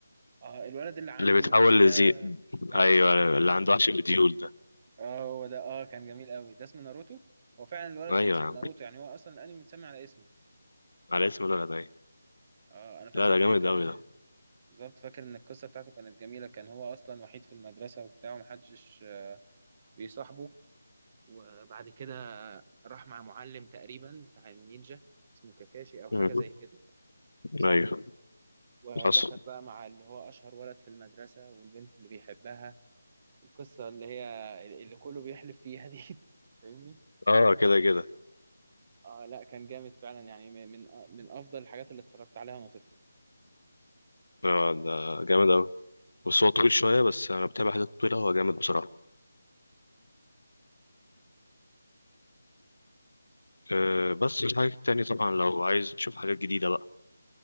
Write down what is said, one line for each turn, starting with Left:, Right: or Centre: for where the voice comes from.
Right: آه الولد اللي عنده
Left: اللي بيتحول
Right: وحش ده
Left: لذئب
Right: آه
Left: أيوه
Right: بالظبط
Left: اللي عنده وحش الديول ده
Right: آه هو ده آه كان جميل أوي ده اسمه ناروتو هو فعلا الولد
Left: أيوه
Right: كان اسمه
Left: يا عم
Right: ناروتو يعني هو أصلا الأنمي متسمي على اسمه
Left: على اسم ده ده أيوة.
Right: آه أنا فاكر
Left: لا ده
Right: إن
Left: جامد
Right: هي كانت
Left: أوي ده
Right: بالظبط فاكر إن القصة بتاعته كانت جميلة كان هو أصلا وحيد في المدرسة وبتاع ومحدش آه، بيصاحبه وبعد كده راح مع معلم تقريبا بتاع النينجا اسمه كاكاشي أو حاجة
Left: مم.
Right: زي كده صح
Left: أيوه
Right: ودخل
Left: حصل
Right: بقى مع اللي هو أشهر ولد في المدرسة والبنت اللي بيحبها القصة اللي هي اللي كله بيحلف فيها دي <laughs> فاهمني؟
Left: أه كده كده
Right: اه لا كان جامد فعلا يعني من من من أفضل الحاجات اللي اتفرجت عليها وأنا طفل
Left: أه ده جامد أوي بس هو طويل شوية بس أنا بتابع حاجات طويلة هو جامد بصراحة أه بس في حاجات تانية طبعا لو عايز تشوف حاجات جديدة بقى